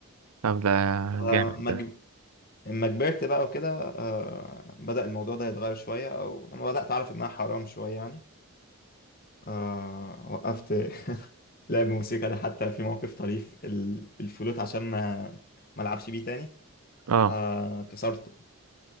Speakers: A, on the right; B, on the left.
A: طب ده
B: فما
A: جامد ده
B: جب- لما كبرت بقى وكده آه، بدأ الموضوع ده يتغير شوية أو لما بدأت أعرف إنها حرام شوية يعني آه، وقفت <laughs> لعب موسيقى ده حتى في موقف طريف ال- الفلوت عشان ما ما ألعبش بيه تاني
A: اه
B: آه، كسرته